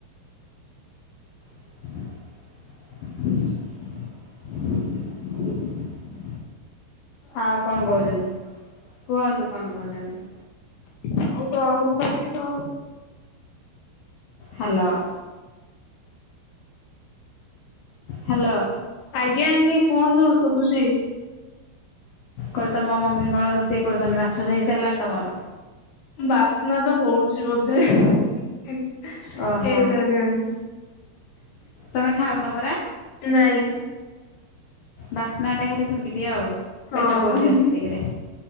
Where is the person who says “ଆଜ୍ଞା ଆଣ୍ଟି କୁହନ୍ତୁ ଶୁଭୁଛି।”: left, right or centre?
Left